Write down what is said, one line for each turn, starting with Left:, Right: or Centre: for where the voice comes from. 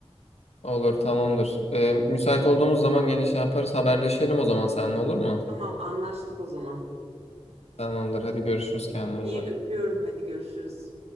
Left: Olur tamamdır. E, müsait olduğumuz zaman yine şey yaparız. Haberleşelim o zaman seninle olur mu?
Right: Tamam, anlaştık o zaman.
Left: Tamamdır. Hadi görüşürüz kendine
Right: İyi
Left: iyi bak.
Right: öpüyorum. Hadi görüşürüz.